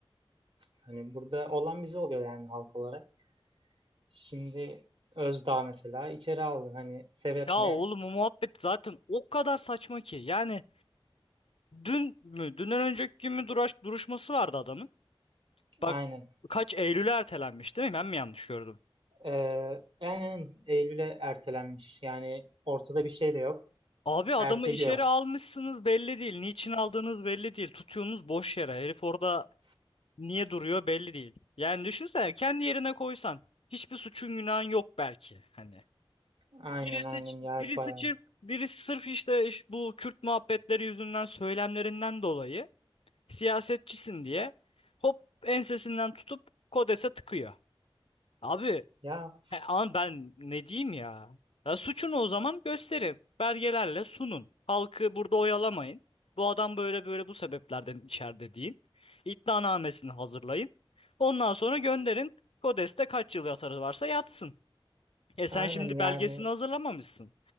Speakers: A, on the right; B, on the left.
A: Hani burada olan bize oluyor yani halk olarak. Şimdi Özdağ mesela içeri aldı. Hani sebep
B: Ya
A: ne?
B: oğlum o muhabbet zaten o kadar saçma ki. Yani dün mü, dünden önceki gün mü duraş, duruşması vardı adamın. Bak
A: Aynen.
B: kaç Eylül'e ertelenmiş değil mi? Ben mi yanlış gördüm?
A: Ee, aynen Eylül'e ertelenmiş. Yani ortada bir şey de yok.
B: Abi
A: Erteliyor.
B: adamı içeri almışsınız belli değil. Niçin aldığınız belli değil. Tutuyorsunuz boş yere. Herif orada niye duruyor belli değil. Yani düşünsene kendi yerine koysan. Hiçbir suçun günahın yok belki. Hani.
A: Aynen
B: Birisi,
A: aynen ya
B: birisi
A: bayağı.
B: çift, birisi sırf işte iş- bu Kürt muhabbetleri yüzünden, söylemlerinden dolayı siyasetçisin diye hop ensesinden tutup Kodes'e tıkıyor. Abi
A: Ya
B: he, ama ben ne diyeyim ya? Ya suçunu o zaman gösterin. Belgelerle sunun. Halkı burada oyalamayın. Bu adam böyle böyle bu sebeplerden içeride deyin. İddianamesini hazırlayın. Ondan sonra gönderin. Kodes'te kaç yıl yatarı varsa yatsın. E sen
A: aynen
B: şimdi
A: yani
B: belgesini hazırlamamışsın.